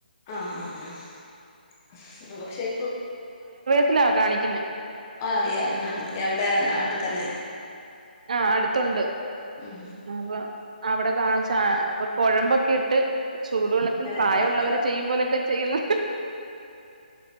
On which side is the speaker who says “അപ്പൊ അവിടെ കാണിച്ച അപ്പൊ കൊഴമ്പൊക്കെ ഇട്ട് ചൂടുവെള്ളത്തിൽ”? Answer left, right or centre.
Right